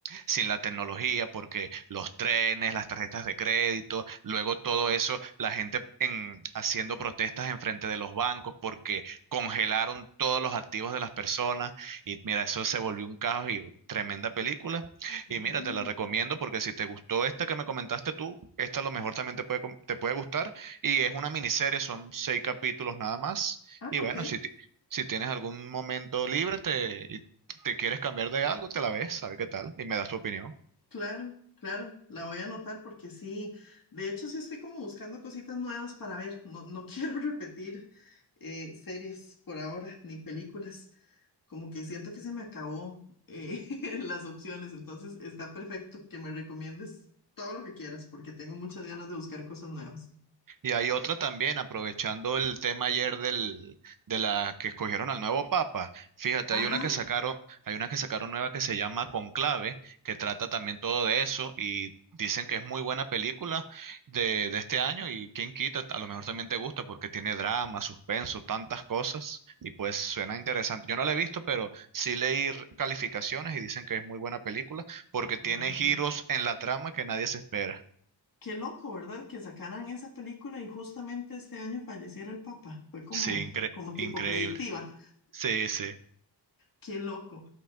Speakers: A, on the right; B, on the left.
A: sin la tecnología, porque los trenes, las tarjetas de crédito, luego todo eso, la gente en- haciendo protestas enfrente de los bancos porque congelaron todos los activos de las personas y mira, eso se volvió un caos y tremenda película.
B: Ah,
A: Y mira, te la recomiendo porque si te gustó esta que me comentaste tú, esta a lo mejor también te puede, com- te puede gustar. Y es una miniserie, son seis capítulos nada más.
B: ah,
A: Y bueno,
B: ok.
A: si, ti- si tienes algún momento libre te, y te quieres cambiar de algo, te la ves, a ver qué tal, y me das tu opinión.
B: Claro, claro. La voy a anotar porque sí. De hecho, sí estoy como buscando cositas nuevas para ver. No, no <laughs> quiero repetir eh, series por ahora, ni películas. Como que siento que se me acabó eh, <laughs> las opciones. Entonces, está perfecto que me recomiendes todo lo que quieras porque tengo muchas ganas de buscar cosas nuevas.
A: Y hay otra también, aprovechando el tema ayer del, de la que escogieron al nuevo papa. Fíjate,
B: Ajá.
A: hay una que sacaron, hay una que sacaron nueva que se llama Conclave, que trata también todo de eso y dicen que es muy buena película de, de este año y quién quita, a lo mejor también te gusta porque tiene drama, suspenso, tantas cosas y pues suena interesante. Yo no la he visto, pero sí leí r- calificaciones y dicen que es muy buena película porque tiene
B: Ah, ok.
A: giros en la trama que nadie se espera.
B: Qué loco, ¿verdad? Que sacaran esa película y justamente este año falleciera el Papa. Fue como,
A: Sí, incre-
B: como tipo
A: increíble.
B: predictiva.
A: Sí, sí.
B: Qué loco.